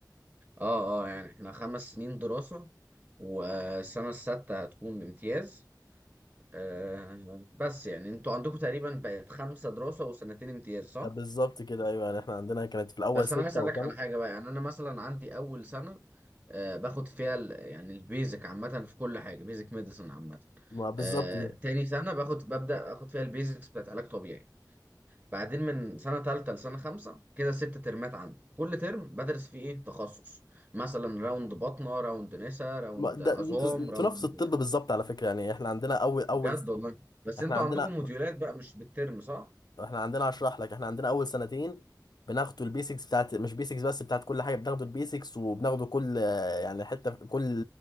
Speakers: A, on the right; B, on the left.
A: اه اه يعني احنا خمس سنين دراسه والسنه السادسه هتكون امتياز آه بس يعني انتوا عندكم تقريبا بقت خمسه دراسه وسنتين امتياز صح؟
B: آه، بالظبط كده ايوه يعني احنا عندنا كانت في الاول
A: بس
B: سته
A: انا عايز اسالك
B: وسنه
A: على حاجه بقى يعني انا مثلا عندي اول سنه آه، باخد فيها ال- يعني البيزك عامه في كل حاجه بيزك ميديسن عامه
B: ما بالظبط
A: آه،
B: كده
A: تاني سنه باخد ببدا اخد فيها البيزكس بتاعت علاج طبيعي بعدين من سنه تالته لسنه خمسه كده ست ترمات عندي كل ترم بدرس فيه ايه تخصص مثلا راوند بطنه راوند نسا راوند
B: ما- ده
A: عظام
B: انتوا انتوا
A: راوند
B: نفس الطب بالظبط على فكره يعني احنا عندنا اول اول
A: بجد والله بس
B: احنا
A: انتوا
B: عندنا
A: عندكم موديولات بقى مش بالترم صح
B: احنا عندنا اشرح لك احنا عندنا اول سنتين بناخدوا البيسكس بتاعت مش بيسكس بس بتاعت كل حاجه بناخدوا البيسكس وبناخدوا كل آه، يعني حته في كل